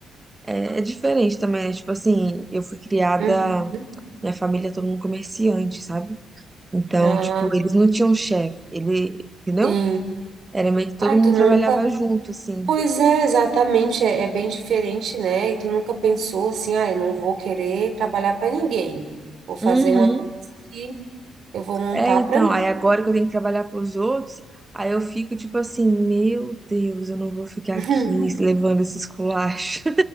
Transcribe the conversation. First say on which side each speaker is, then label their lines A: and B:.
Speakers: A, on the right; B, on the right.
A: é, é diferente também, né? Tipo assim, eu fui criada,
B: Uhum.
A: minha família é todo mundo comerciante, sabe? Então,
B: Ah,
A: tipo, eles não tinham chefe, ele, entendeu?
B: sim.
A: Era meio que todo
B: Ai,
A: mundo
B: tu nunca.
A: trabalhava junto, assim.
B: Pois é, exatamente, é, é bem diferente, né? E tu nunca pensou assim, ah, eu não vou querer trabalhar para ninguém. Vou fazer
A: Uhum.
B: uma coisa que eu vou montar
A: É, então,
B: para mim.
A: aí agora que eu tenho que trabalhar pros outros, aí eu fico tipo assim, meu Deus, eu não vou ficar
B: <laughs>
A: aqui levando esses culachos.